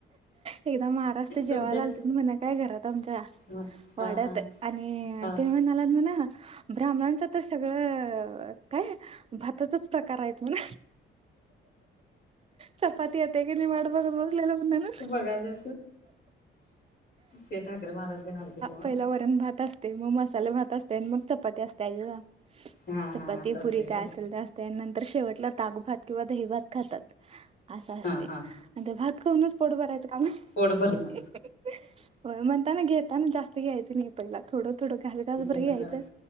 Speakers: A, on the right (about 30°); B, on the left (about 60°).
A: एकदा महाराज तर
B: तुमच्यात
A: जेवायला आलतेत म्हणा काय घरात आमच्या
B: हा हा
A: वाड्यात
B: हा
A: आणि
B: हा.
A: ते म्हणालन म्हण ब्राह्मणांच तर सगळं काय? भाताचच प्रकार आहेत म्हण चपाती येते की नाही वाट बघत बसलेलो म्हणायलेत
B: बघायला ते ठाकरे महाराज तेन आलतेत नव्ह
A: पहिला वरण भात असते मग मसाले भात असते आणि मग चपाती असते आहे ग
B: हा हा
A: चपाती
B: असं असते
A: पुरी
B: होय
A: काय असेल ते असलं त्यानंतर शेवटला ताकभात किंवा दहीभात खातात असं असतय
B: हा हा
A: मग भात खाऊनच पोट भरायचं काय
B: पोट भरणार.
A: आहे होय म्हणताना घेताना जास्त ते घ्यायच नाही पहिला थोडं, थोडं घास घासभर
B: जरा
A: घ्यायचं
B: जरा